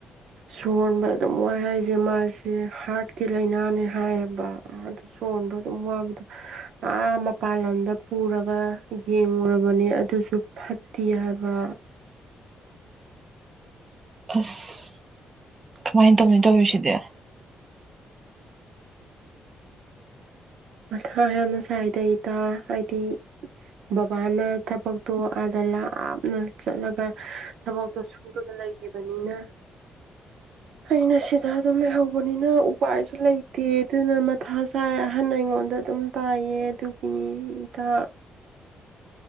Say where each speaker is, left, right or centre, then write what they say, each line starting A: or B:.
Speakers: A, on the right; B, on the right.
A: ꯁꯣꯟꯕ ꯑꯗꯨꯝ ꯋꯥꯏ ꯍꯥꯏꯁ ꯖꯦꯃꯥꯁꯦ ꯍꯥꯔꯠꯀꯤ ꯂꯥꯏꯅꯥꯅꯦ ꯍꯥꯏꯌꯦꯕ ꯑꯗꯨ ꯁꯣꯟꯕ ꯑꯗꯨꯝ ꯋꯥꯕꯗꯣ꯫ ꯑꯥ ꯃꯄꯥꯥꯟ ꯂꯝꯗ ꯄꯨꯔꯒ ꯌꯦꯡꯉꯨꯔꯕꯅꯤ ꯑꯗꯨꯁꯨ ꯐꯠ <unintelligible> ꯍꯥꯏꯕ꯫
B: ꯑꯁ ꯀꯃꯥꯏꯅ ꯇꯧꯅꯤ ꯇꯧꯔꯤꯁꯤꯗꯤ꯫
A: ꯃꯊꯥ ꯌꯥꯝꯅ ꯁꯥꯏ ꯗ ꯑꯩ꯫ ꯗꯥ ꯍꯥꯏꯗꯤ꯫ ꯔꯕꯥꯅ ꯊꯕꯛꯛꯇꯣ꯫ ꯑꯥꯗ ꯂꯥꯞꯅ ꯆꯠꯂꯒ ꯊꯕꯛꯇꯨ ꯁꯨꯔꯒ ꯂꯩꯈꯤꯕꯅꯤꯅ ꯑꯩꯅ ꯁꯤꯗ ꯑꯗꯨꯝ ꯂꯩꯍꯧꯕꯅꯤꯅ ꯎꯄꯥꯏꯁꯨ ꯂꯩꯇꯦ ꯑꯗꯨꯅ ꯃꯊꯥ ꯆꯥꯏ ꯑꯍꯟ ꯑꯩꯉꯣꯟ ꯗ ꯑꯗꯨꯝ ꯇꯥꯏꯌꯦ ꯑꯗꯨꯀꯤꯅꯤ ꯏꯇꯥ